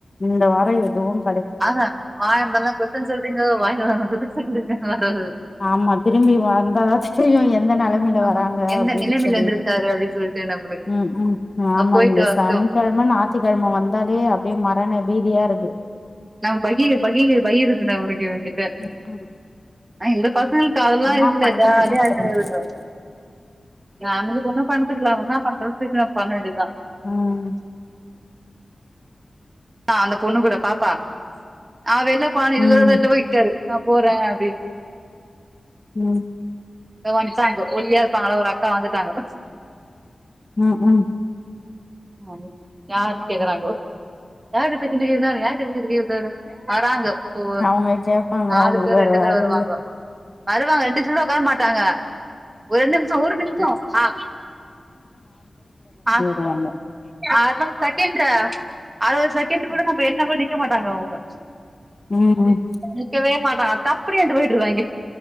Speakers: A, on the left; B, on the right.
A: இந்த வாரோ எதுவும்
B: ஆஹா வாய்ந்தரல்ல குத்தம் சொல்றீங்கோ வாய்ன்ட்டு வரலனா குத்தம் சொல்றீங்கோ வராரு
A: ஆமா திரும்பி வந்தாதா தெரியும் எந்த நெலமையில
B: ஆமா.
A: வராங்க
B: எந்த
A: அப்டின்னு
B: நிலைமையில
A: சொல்லிட்டு
B: இருந்திருக்காரு அப்டின்னு சொல்லிட்டு நம்மளுக்கு.
A: ம் ம் ம் ஆமா
B: அ போயிட்டு
A: இந்த
B: வரட்டும்.
A: சனிக்கெழம ஞாயித்திக்கெழம வந்தாலே அப்டியே மரண பீதியா இருக்கு
B: நா பகீ பகீர் பகீர்ந்துன்டா உனக்கு இவங்கிட்ட
A: ம் ம்.
B: ஆ பசங்களுக்கு அதெல்லா
A: என்னா
B: இல்ல
A: பண்றதுன்னே
B: ஜாலியா
A: தெரியல
B: விடு நா வந்து ஒன்னு பண்ணதுக்கில்ல என்னா பன்றதுனு தெர்ல பண்ண வேண்டியதுதா
A: ம்
B: ஆ அந்த பொண்ணு கூட பாப்பா ந வெளிலபோன இது
A: ம்
B: ஒருரதல்ல வெளில போய்ட்டாரு நா போறே அப்டின்
A: ம்
B: தோ வந்துட்டாங்க ஒல்லியா இருப்பாங்களா ஒரு அக்கா வந்துட்டாங்க
A: ம் ம்
B: சரி யாருனு கேக்குறாங்கோ யாரிட்ட பேசிகிட்டு இருந்த இவ்ள் நேரோ யார் கிட்ட பேசிகிட்டு இருந்த இவள நேரோ வராங்கோ ஒ
A: அவங்க கேப்பாங்க
B: நாலு
A: அவங்களுக்கு
B: பேர்
A: வேற
B: ரெண்டு பேரும்
A: வேல
B: வருவாங்க
A: இல்ல
B: வருவாங்க ரெண்டு சூட உக்கார மாட்டாங்க ரெண்டு நிமிஷம் ஒரு நிமிஷம் ஆ ஆ
A: போவாங்க
B: அறுபது செகண்டு அறுபது செகண்ட் கூட நம்ம என்னா கூட நிக்க மாட்டாங்க அவுங்க
A: ம்
B: ஆது நிக்கவே மாட்டா தப்புன்ட்டு ஏந்து போயிட்டு இருப்பாங்க